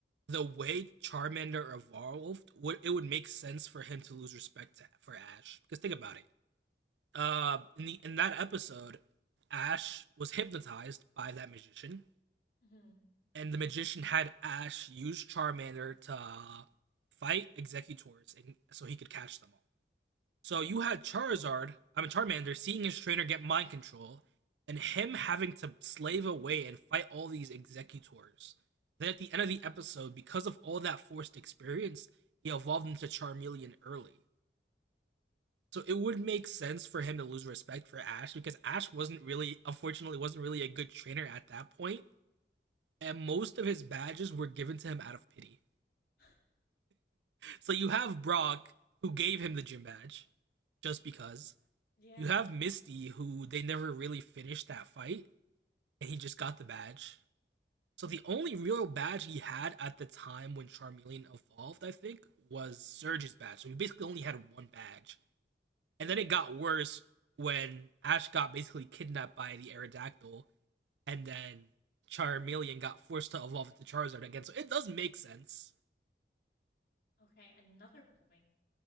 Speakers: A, on the right; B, on the left.
A: the way Charmander evolved, it would make sense for him to lose respect to, for Ash. Because think about it. Uh, in the in that episode, Ash was hypnotized by that magician,
B: hmm
A: and the magician had Ash use Charmander to uh, fight Executors, and, so he could catch them all. So you had Charizard, I mean Charmander, seeing his trainer get mind control, and
B: hmm
A: him having to slave away and fight all these executors. Then at the end of the episode, because of all that forced experience, he evolved into Charmeleon early. So it would make sense for him to lose respect for Ash because Ash wasn't really, unfortunately, wasn't really a good trainer at that point, and most of his badges were given to him out of pity.
B: <laughs>
A: So you have Brock, who gave him the gym badge, just because.
B: yeah.
A: You have Misty, who they never really finished that fight, and he just got the badge. So the only real badge he had at the time when Charmeleon evolved, I think, was Surge's badge. So he basically only had one badge. And then it got worse when Ash got basically kidnapped by the Aerodactyl, and then Charmeleon got forced to evolve into Charizard again. So it does make sense.
B: Okay. Another point.